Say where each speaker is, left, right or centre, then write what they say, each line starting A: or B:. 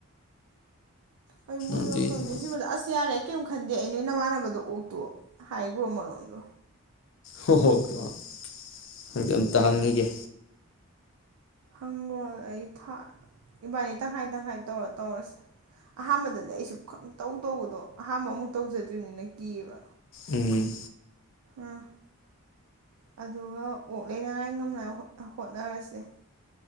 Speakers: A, on the right; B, on the left.
A: ꯑꯩꯣꯏ ꯃꯨꯅꯣ
B: ꯑꯗꯨꯏꯗꯨꯃ
A: ꯈꯪꯗꯦ ꯁꯤꯃꯗ ꯑꯁ ꯌꯥꯔꯦ ꯀꯩꯝ ꯈꯟꯗꯦ ꯑꯩ ꯅꯣꯏ ꯅꯃꯥꯟꯅꯕꯗꯣ ꯑꯣꯛꯇꯣ ꯍꯥꯏꯈ꯭ꯔꯣ ꯃꯔꯣꯟꯗꯣ
B: ꯍꯣꯏ ꯍꯣꯏꯀꯦꯪꯖꯤ ꯑꯝꯇ ꯍꯪꯅꯤꯒꯦ
A: ꯍꯪꯈ꯭ꯔꯣ ꯑꯩ ꯏꯕꯥꯅꯤ ꯇꯪꯈꯥꯏ ꯇꯪꯈꯥꯏ ꯇꯧꯔ ꯇꯧꯔꯁꯦ ꯑꯍꯥꯥꯟꯕꯗꯗꯤ ꯑꯩꯁꯨ ꯈꯪꯇꯧ ꯇꯧꯕꯗꯣ ꯑꯍꯥꯟꯕ ꯑꯃꯨꯛ ꯇꯧꯖꯗ꯭ꯔꯤꯕꯅꯤꯅ ꯀꯤꯌꯦꯕ
B: ꯎꯝ
A: ꯎꯝ ꯑꯗꯨꯒ ꯑꯣꯛ ꯂꯩꯅꯉꯥꯏ ꯉꯝꯅꯉꯥꯏ ꯍꯣꯠꯅꯔꯁꯦ